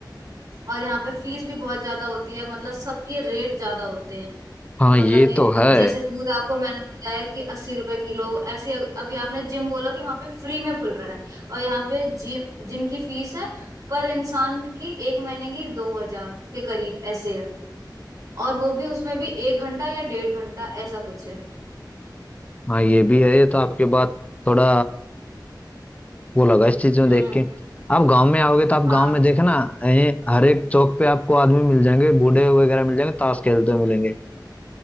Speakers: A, on the right; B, on the left.
A: और यहाँ पे फीस भी बहुत ज्यादा होती है मतलब सबके रेट ज्यादा होते हैं
B: हाँ
A: मतलब
B: ये
A: कि
B: तो है
A: जैसे दूध आपको मैंने बताया कि अस्सी रुपए किलो ऐसे अभी आपने जिम बोला कि वहां पे फ्री में खुल रहा है और यहाँ पे जिम जिम की फीस है पर इंसान की एक महीने की दो हजार के करीब ऐसे है और वो भी उसमें भी एक घंटा या डेढ़ घंटा ऐसा कुछ है
B: हाँ ये भी है ये तो आपके बात थोड़ा वो लगा इस चीज में
A: हम्म
B: देख के आप गांव में आओगे तो आप
A: हाँ
B: गांव में देखे ना ये हर एक चौक पे आपको आदमी मिल जाएंगे बूढ़े वगैरह मिल जाएंगे ताश खेलते हुए मिलेंगे